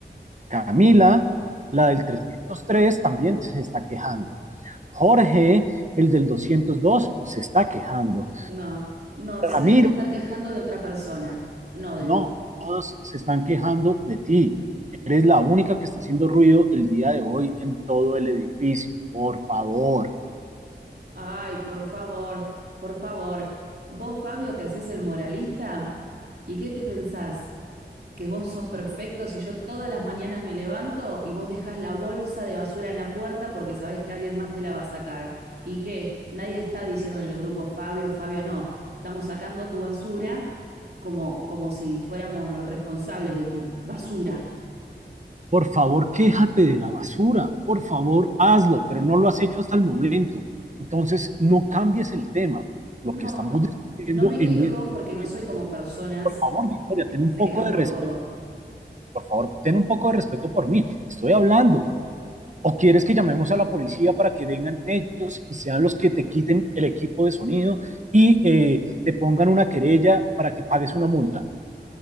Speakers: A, on the right (about 40°); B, on the right (about 60°).
A: Camila, la del 303 también se está quejando. Jorge, el del 202 se está quejando.
B: No, no, se
A: Ramiro,
B: deben estar quejando de otra persona, no de
A: no,
B: mí.
A: todos se están quejando de ti. Eres la única que está haciendo ruido el día de hoy en todo el edificio. Por favor.
B: Ay, por favor, por favor. Vos, Fabio, te haces el moralista. ¿Y qué te pensás? ¿Que vos sos perfecto si yo todas las mañanas me levanto y vos dejás la bolsa de basura en la puerta porque sabés que alguien más te la va a sacar? ¿Y qué? Nadie está diciendo en el grupo Fabio, Fabio, no. Estamos sacando tu basura como, como si fuéramos los responsables de tu basura.
A: Por favor, quéjate de la basura, por favor, hazlo, pero no lo has hecho hasta el momento. Entonces, no cambies el tema. Lo
B: No,
A: que estamos discutiendo
B: no me
A: en
B: quejo
A: vez-
B: porque no
A: de,
B: soy como personas
A: por favor, Victoria,
B: que
A: ten un
B: se
A: poco
B: quejan
A: de
B: por
A: respeto,
B: todo.
A: por favor, ten un poco de respeto por mí. Estoy hablando. ¿O quieres que llamemos a la policía para que vengan ellos y sean los que te quiten el equipo de sonido y eh, te pongan una querella para que pagues una multa?